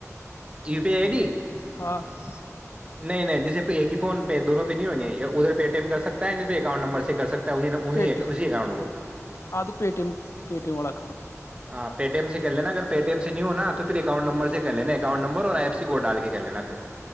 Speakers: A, on the right; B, on the left.
A: U P I I D
B: ہاں <unintelligible>
A: نہیں نہیں جیسے ایک ہی فون پہ دون پہ نہیں ہوں گےیا ادھر پے ٹی ایم کر سکتا نہیں پ اکؤنٹ نمبر سے کر سکتا ہے انہیں انہیں
B: پٹی
A: اسی اکاؤنٹ کو
B: ا پ ٹیم پے ٹی ایم و
A: ہاں پےٹی ایم س <unintelligible> کر لینا اگر پے ٹیم سے نہیں ہو ن تو پھر اکؤنٹ نمر سے کر لین اکاؤٹ نمبر اور آ ای سی کوڈ ڈال کے کر لینا پھر